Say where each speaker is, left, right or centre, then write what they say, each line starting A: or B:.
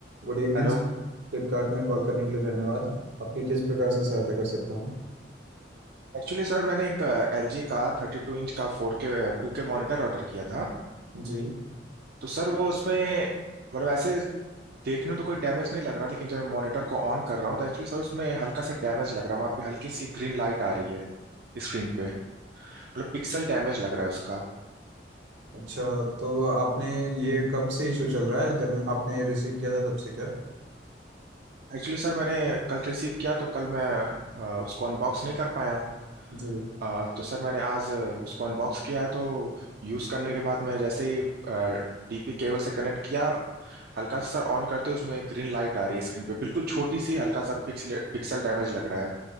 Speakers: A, on the right (about 75°); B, on the right (about 60°).
A: Good evening
B: Hello
A: Flipkart में call करने के लिए धन्यवाद आपकी किस प्रकार से सहायता कर सकता हूँ
B: Actually sir मैंने एक L G का थर्टी टू इंच का four K two K monitor order किया था
A: जी
B: तो सर वो उसमें मतलब ऐसे देखने में तो कोई डैमेज नहीं लग रहा लेकिन जब मैं मॉनिटर को ऑन कर रहा हूँ तो एक्चुअली सर उसमें हल्का सा डैमेज लग रहा है वहाँ पे हल्की सी ग्रीन लाइट आ रही है स्क्रीन पे मतलब पिक्सल डैमेज लग रहा है उसका
A: अच्छा तो आपने ये कब से इशू चल रहा है जब मैं- आपने रिसीव किया था तब से क्या
B: एक्चुअली सर मैंने कल रिसीव किया तो कल मैं अ, उसको अनबॉक्स नहीं कर पाया
A: जी
B: आ, तो सर मैंने आज आ, उसको अनबॉक्स किया है तो यूज़ करने के बाद मैं जैसे ही डीपी केबल से कनेक्ट किया हल्का सा सर ऑन करते ही उसमें ग्रीन लाइट आ रही है स्क्रीन पे बिल्कुल छोटी सी हल्का सा पिक्सल पिक्सल डैमेज लग रहा है